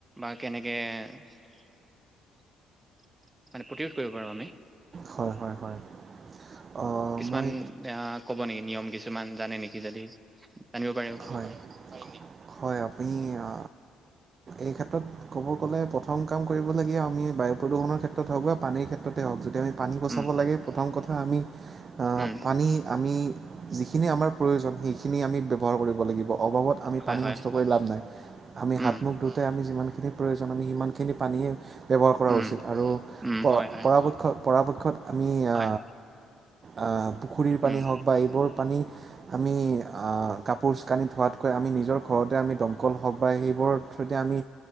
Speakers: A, on the right (about 20°); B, on the right (about 45°).
A: বা কেনেকে মানে প্ৰতিৰোধ কৰিব পাৰোঁ আমি
B: হয় হয় হয়। অ'
A: কিছুমান
B: মই
A: আহ কব নেকি নিয়ম কিছুমান জানে নেকি যদি জানিব পাৰে
B: হয়, হয়। আপুনি আ এইক্ষেত্ৰত ক'ব গ'লে প্ৰথম কাম কৰিবলগীয়া আমি বায়ু-প্ৰদূষণৰ ক্ষেত্ৰত হওঁক বা পানীৰ ক্ষেত্ৰতে হওঁক, যদি আমি পানী বচাব
A: উম
B: লাগে, প্ৰথম কথা আমি
A: উম
B: পানী আমি যিখিনি আমাৰ প্ৰয়োজন সেইখিন আমি ব্যৱহাৰ কৰিব লাগিব <unintelligible> অভাৱত আমি
A: হয়
B: পানী
A: হয়
B: নষ্ট কৰি লাভ নাই। আমি হাত
A: উম
B: মুখ ধুওঁতে আমি যিমান খিনি যিখিনি প্ৰয়োজন আমি সিমানখিনি পানীয়ে ব্যৱহাৰ কৰা
A: উম
B: উচিত আৰু
A: উম হয় হয়
B: পৰাপক্ষত পৰাপক্ষত আমি আ
A: হয়
B: আ পুখুৰীৰ পানী
A: উম
B: হওক বা এইবোৰ পানী আমি আ কাপোৰ কানি ধোৱাতকৈ আমি নিজৰ ঘৰতে আমি দমকল হওক বা সেইবোৰৰ যদি আমি